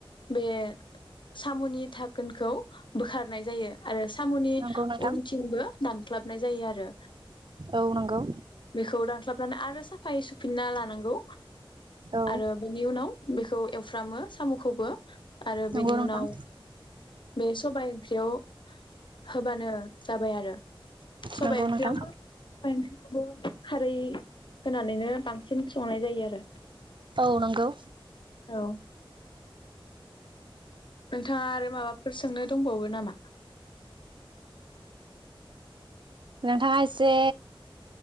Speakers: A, on the left; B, on the right.
A: बे साम'नि थाखोनखौ बोखारनाय जायो आरो साम'नि
B: नंगौ नोंथां
A: उनथिंबो दानख्लाबनाय ज नाय आरो
B: औ नंगौ
A: बेखौ रानस्लाबनानै आरो साफायै सुफिनना लानांगौ
B: औ
A: आरो बेनि उनाव बेखौ एवफ्रामो साम'खौबो आरो बेनि
B: नंगौ नोंथां
A: उनाव बे सबाय ओंख्रियाव होबानो जाबाय आरो सबाइ
B: नंगौ
A: ओंख्रियावबो
B: नोंथां
A: सबा बो खारै होनानैनो बांसिन संनाय जायो आरो
B: औ नंगौ
A: औ नोंथाङा आरो माबाफोर सोंनो दंबावो नामा
B: नोंथाङा एसे